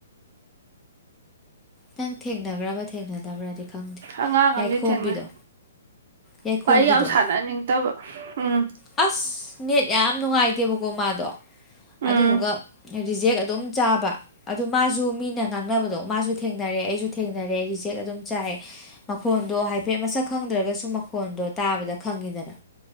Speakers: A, on the left; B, on the right.
A: ꯅꯪ ꯊꯦꯡꯅꯒ꯭ꯔꯕ꯭ꯔ ꯊꯦꯡꯅꯗꯕ꯭ꯔꯗꯤ ꯈꯪꯗꯦ
B: ꯑꯉꯥꯡ
A: ꯌꯥꯏꯈꯣꯝꯕꯤꯗꯣ
B: ꯑꯃꯗꯤ ꯊꯦꯡꯅꯩ
A: ꯌꯥꯏꯈꯣꯝꯕꯤꯗꯣ
B: ꯋꯥꯔꯤ ꯌꯥꯝ ꯁꯥꯟꯅꯅꯤꯡꯗꯕ ꯎꯝ
A: ꯑꯁ ꯅꯦꯠ ꯌꯥꯝ ꯌꯥꯝ ꯅꯨꯡꯉꯥꯏꯇꯦꯕꯀꯣ ꯃꯥꯗꯣ
B: ꯎꯝ
A: ꯑꯗꯨꯗꯨꯒ ꯔꯤꯖꯦꯛ ꯑꯗꯨꯝ ꯆꯥꯕ ꯑꯗꯨ ꯃꯥꯖꯨ ꯃꯤꯅ ꯉꯥꯡꯅꯕꯗꯣ ꯃꯥꯖꯨ ꯊꯦꯡꯅꯔꯦ ꯑꯩꯖꯨ ꯊꯦꯡꯅꯔꯦ ꯔꯤꯖꯦꯛ ꯑꯗꯨꯝ ꯆꯥꯏ ꯃꯈꯣꯟꯗꯣ ꯍꯥꯏꯐꯦꯠ ꯃꯁꯛ ꯈꯪꯗ꯭ꯔꯒꯁꯨ ꯃꯈꯣꯟꯗꯣ ꯇꯥꯕꯗ ꯈꯪꯉꯤꯗꯅ